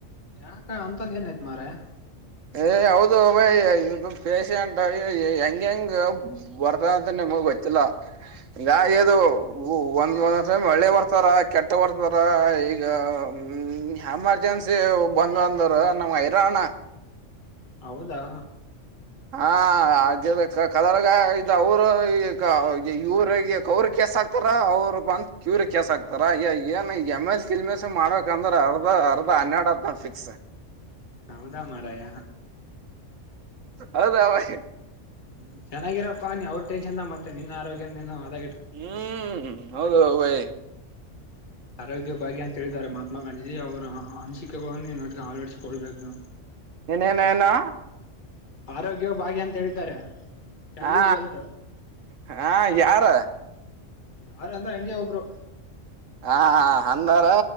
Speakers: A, on the left; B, on the right.
A: ಯಾಕ ಅಂತದ್ ಏನಯ್ತು ಮಾರಯಾ.
B: ಏ ಹೌದು ಇದು ಪೇಶಂಟ್ ಹೆಂಗ ಹೆಂಗ. ಬರ್ತಾವ್ ಅಂತ ನಿಮಗ ಗೊತ್ತ ಇಲ್ಲಾ ಹಿಂಗಾಗಿ ಇದು. ಒಂದ್ ಒಂದ್ ಮಳೆ ಬರ್ತಾರ ಕೆಟ್ಟ ಬರ್ತಾರ ಈಗ. ಹ್ಮ ಎಮರ್ಜೆನ್ಸಿ ಬಂದು ಅಂದ್ರ ನಮ್ಗ ಹೈರಾಣ.
A: ಹೌದಾ.
B: ಹಾ ಆಬೇಕ ಕದ್ರಗ ಇದ ಅವರು ಈ ಇವ್ರಿಗೆ ಅವ್ರ ಕೆಸಕ್. ಅವರು ಬಂದ ಕ್ಯೂರ್ ಕೆಸ ಹಾಕ್ತಾರ ಏನ್. ಎಮ ಎಲ್ ತಿಲ್ಮಸ್ ಮಾಡ್ಬೇಕ ಅಂದ್ರೆ ಅರ್ಧ ಅರ್ಧ ಹನ್ಯಾಡ್ ಹ್ನಾ ಫಿಕ್ಸ್.
A: ಹೌದಾ ಮಾರಾಯ.
B: ಹೌದಾ ಬಾಯ್.
A: ಹ್ಮ್ ಚೆನ್ನಾಗಿರಪ್ಪಾ ನೀ ಅವ್ರ ಟೆನ್ಶನ್ದಾಗ್ ಮತ್ತೆ ನಿನ್ ಆರೋಗ್ಯ ನೀನು ಹದ.
B: ಹ್ಮ್ ಹೌದು ಬೈ.
A: ಆರೋಗ್ಯ ಭಾಗ್ಯ ಅಂತ ಹೇಳಿದ್ದಾರೆ ಮಹಾತ್ಮ ಗಾಂಧೀಜಿ ಅವರ ಅನಿಸಿಕೆಗಳನ್ನು ಅಳಡಿಸಿಕೊಳ್ಬೇಕು.
B: ಏನೇನೇನು
A: ಆರೋಗ್ಯವ ಭಾಗ್ಯ ಅಂತ ಹೇಳಿದ್ದಾರೆ. ಹೆಲ್ತ್
B: ಹಾ
A: ಇಸ್ ವೆಲ್ತ್
B: ಹಾ ಯಾರ.
A: ಯಾರ ಅಂದ್ರೆ ಹಂಗೆ ಒಬ್ರು.
B: ಹ ಅಂದಾರ